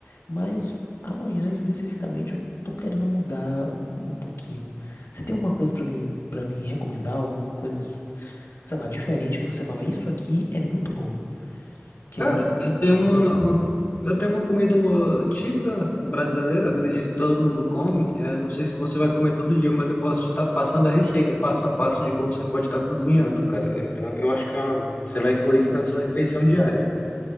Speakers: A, on the left; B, on the left.
A: Mas amanhã especificamente eu tô querendo mudar um pouquinho. Você tem alguma coisa pra me para me recomendar, alguma coisa, sei lá, diferente que você fala, isso aqui é muito bom, que
B: Cara,
A: aí eu
B: eu tenho
A: pra eu fazer?
B: uma, uma- eu tenho uma comida típica brasileira, eu acredito que todo mundo come. É, não sei se você vai comer todo dia, mas eu posso te estar passando a receita, passo a passo de como você pode estar cozinhando, cara. Então, eu acho que é uma- você vai incluir isso na sua refeição diária.